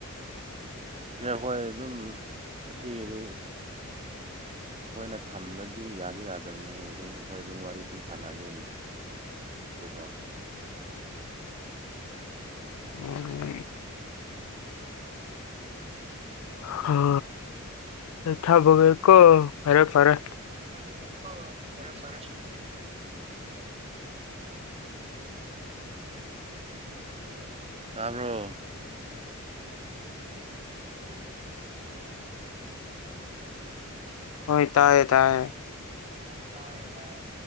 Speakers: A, on the right (about 30°); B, on the left (about 75°).
A: ꯏꯌ ꯍꯣꯏ ꯑꯗꯨꯝ ꯉꯁꯤꯒꯤꯗꯤ ꯑꯈꯣꯏꯅ ꯊꯝꯕꯗꯤ ꯌꯥꯗꯤ ꯌꯥꯗꯕꯅꯦ ꯑꯗꯨꯝ ꯑꯈꯣꯏ ꯑꯗꯨꯝ ꯋꯥꯔꯤ ꯑꯗꯨꯝ ꯁꯥꯟꯅꯗꯣꯏꯅꯦ ꯑꯗꯨꯀꯣ
B: ꯎꯝ ꯍ ꯊꯝꯃꯒꯦꯀꯣ ꯐꯔꯦ ꯐꯔꯦ
A: ꯍ ꯊꯝꯃꯒꯦꯀꯣ ꯐꯔꯦ ꯐꯔꯦ ꯇꯥꯕꯔꯣ
B: ꯍꯣꯏ ꯇꯥꯏꯌꯦ ꯇꯥꯏꯌꯦ
A: ꯍꯣꯏ ꯇꯥꯏꯌꯦ ꯇꯥꯏꯌꯦ